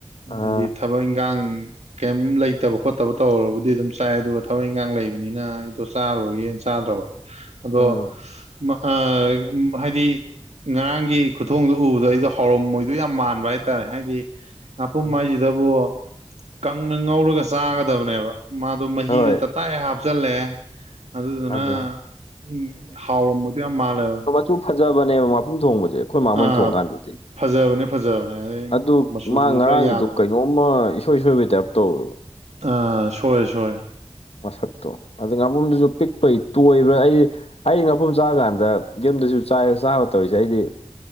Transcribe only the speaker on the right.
ꯍꯥꯏꯗꯤ ꯊꯕꯛ ꯏꯪꯒꯥꯡ ꯀꯩꯝ ꯂꯩꯇꯕ ꯈꯣꯠꯇꯕ ꯇꯧꯔꯕꯨꯗꯤ ꯑꯗꯨꯝ ꯆꯥꯏ ꯑꯗꯨꯒ ꯊꯕꯛ ꯏꯪꯈꯥꯡ ꯂꯩꯕꯅꯤꯅ ꯑꯩꯗꯣ ꯆꯥꯔꯔꯣꯏꯒꯦꯅ ꯆꯥꯗ꯭ꯔꯕ ꯑꯗꯣ
ꯑ ꯍꯥꯏꯗꯤ ꯉꯔꯥꯡꯒꯤ ꯈꯨꯊꯣꯡꯗꯣ ꯎꯕꯗꯣ ꯑꯩꯗꯣ ꯍꯥꯎꯔꯝꯃꯣꯏꯗꯣꯏ ꯌꯥꯝ ꯃꯥꯟꯕ ꯍꯥꯏꯇꯥꯔꯦ ꯍꯥꯏꯗꯤ ꯉꯄꯨꯝ
ꯍꯥꯏꯁꯤꯗꯕꯨ ꯀꯪꯅ ꯉꯧꯔꯒ ꯆꯥꯒꯗꯕꯅꯦꯕ ꯃꯥꯗꯣ ꯃꯍꯤꯗꯨ
ꯇꯞ ꯇꯥꯏ ꯍꯥꯞꯆꯜꯂꯦ ꯑꯗꯨꯗꯨꯅ
ꯎꯝ ꯍꯥꯎꯔꯝꯃꯣꯏꯗꯣꯏ ꯌꯥꯝ ꯃꯥꯜꯂꯦꯕ
ꯑꯥ
ꯐꯖꯕꯅꯦ ꯐꯖꯕꯅꯦ ꯑꯗꯩ
ꯃꯆꯨꯗꯨꯁꯨ
ꯈꯔ ꯌꯥꯗ꯭ꯔꯦ
ꯑꯥ ꯁꯣꯏ ꯁꯣꯏ